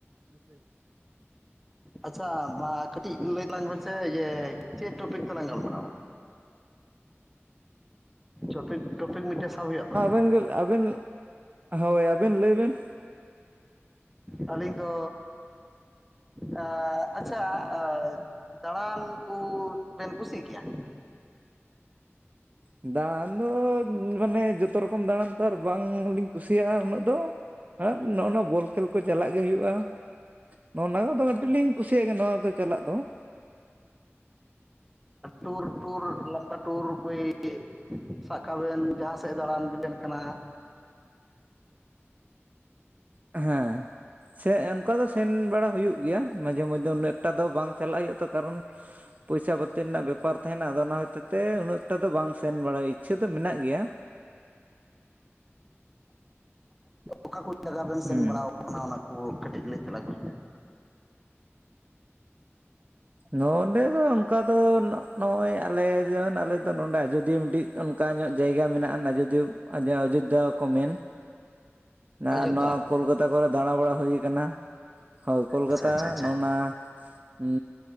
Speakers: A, on the right; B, in the centre.
A: <unintelligible>
B: ᱟᱪᱪᱷᱟ ᱵᱟ ᱠᱟᱹᱴᱤᱡ ᱞᱟᱹᱭ ᱛᱟᱞᱟᱝ ᱢᱮᱥᱮ ᱤᱭᱟᱹᱻ ᱪᱮᱫ ᱴᱚᱯᱤᱠ ᱛᱮᱞᱟᱝ ᱜᱟᱞᱢᱟᱨᱟᱣᱟ? ᱪᱚᱯᱤᱠ, ᱴᱚᱯᱤᱠ ᱢᱤᱫᱴᱮᱡ ᱥᱟᱵ ᱦᱳᱭᱩᱜᱼᱟ ᱛᱚ᱾
A: ᱵᱮᱱ ᱜᱮ ᱟᱵᱮᱱ ᱦᱳᱭ ᱟᱵᱮᱱ ᱞᱟᱹᱭᱵᱮᱱ᱾
B: ᱟᱹᱞᱤᱧ ᱫᱚ ᱟᱻ ᱟᱪᱪᱷᱟ, ᱟ ᱫᱟᱬᱟᱱ ᱠᱩ ᱵᱮᱱ ᱠᱩᱥᱤᱜ ᱜᱮᱭᱟ?
A: ᱫᱟᱬᱟᱱ ᱫᱚ ᱢᱟᱱᱮ ᱡᱚᱛᱚ ᱨᱚᱠᱚᱢ ᱫᱟᱬᱟᱱ ᱛᱚ ᱟᱨ ᱵᱟᱝᱞᱤᱧ ᱠᱩᱥᱤᱭᱟᱜᱼᱟ᱾ ᱩᱱᱟᱹᱜ ᱫᱚ ᱱᱚᱜᱼ ᱱᱚᱣᱟ ᱵᱚᱞ ᱠᱷᱮᱞ ᱠᱚ ᱪᱟᱞᱟᱜ ᱜᱮ ᱦᱩᱭᱩᱜᱼᱟ᱾ᱱᱚᱜ ᱱᱟ ᱠᱚᱫᱚ ᱠᱟᱴᱤᱡ ᱞᱤᱧ ᱠᱩᱥᱤᱭᱟᱜ ᱠᱟᱱ ᱱᱚᱣᱟ ᱫᱚ ᱪᱟᱞᱟᱜ ᱫᱚ᱾
B: ᱴᱩᱨ ᱴᱩᱨ ᱞᱚᱢᱵᱟ ᱴᱩᱨ <unintelligible> ᱥᱟᱵ ᱠᱟᱜ ᱵᱮᱱ ᱡᱟᱦᱟᱸ ᱥᱮᱫ ᱫᱟᱬᱟᱱ ᱵᱮᱱ ᱥᱟᱱ ᱠᱟᱱᱟ
A: ᱦᱮᱸ᱾ ᱥᱮ ᱚᱱᱠᱟ ᱫᱚ ᱥᱮᱱ ᱵᱟᱲᱟ ᱦᱩᱭᱩᱜ ᱜᱮᱭᱟ, ᱢᱟᱡᱷᱮ ᱢᱟᱚᱫᱽᱷᱮ ᱩᱱᱟᱹᱜᱴᱟ ᱫᱚ ᱵᱟᱝ ᱪᱟᱞᱟᱜ ᱦᱩᱭᱩᱜᱼᱟ᱾ ᱛᱚ ᱠᱟᱨᱚᱱ ᱯᱚᱭᱥᱟ ᱯᱟᱹᱛᱤ ᱨᱮᱱᱟᱜ ᱵᱮᱯᱟᱨ ᱛᱟᱦᱮᱸᱱᱟ ᱟᱫᱚ ᱚᱱᱟ ᱦᱚᱛᱮᱡ ᱛᱮ ᱩᱱᱟᱹᱜ ᱴᱟᱜ ᱫᱚ ᱵᱟᱝ ᱥᱮᱱ ᱵᱟᱲᱟᱭ, ᱤᱪᱪᱷᱟᱹ ᱫᱚ ᱢᱮᱱᱟᱜ ᱜᱮᱭᱟ
B: ᱚᱠᱟ ᱠᱩ ᱡᱟᱭᱜᱟ ᱵᱮᱱ
A: ᱦᱩᱸ
B: ᱥᱮᱱ ᱵᱟᱲᱟᱣ ᱠᱟᱱᱟ ᱚᱱᱟ ᱠᱩ ᱠᱟᱹᱴᱤᱡ ᱞᱮᱭ ᱛᱟᱞᱟᱝ ᱢᱮ?
A: ᱱᱚᱰᱮ ᱫᱚ ᱚᱱᱠᱟ ᱫᱚ ᱱᱟᱜ ᱱᱚᱜᱼᱚᱭ ᱟᱞᱮ ᱡᱮᱢᱚᱱ ᱟᱞᱮ ᱫᱚ ᱱᱚᱰᱮ ᱟᱡᱚᱫᱤᱭᱟᱹ ᱢᱤᱫᱴᱤᱡ ᱚᱱᱠᱟ ᱧᱚᱜ ᱡᱟᱭᱜᱟ ᱢᱮᱱᱟᱜ ᱟᱱ ᱟᱡᱚᱫᱤᱭᱟᱹ ᱟᱨ ᱡᱟᱦᱟᱸ ᱚᱡᱳᱫᱽᱫᱷᱟ ᱠᱚ ᱢᱮᱱ ᱱᱟ
B: ᱚᱡᱳᱫᱽᱫᱷᱟ᱾
A: ᱱᱚᱣᱟ ᱠᱳᱞᱠᱟᱛᱟ ᱠᱚᱨᱮ ᱫᱟᱬᱟ ᱵᱟᱲᱟ ᱦᱩᱭ ᱠᱟᱱᱟ, ᱦᱳᱭ ᱠᱳᱞᱠᱟᱛᱟ
B: ᱟᱪᱪᱷᱟ ᱟᱪᱪᱷᱟ ᱟᱪᱪᱷᱟ
A: ᱱᱚᱜᱼᱱᱟ ᱦᱩᱸᱻ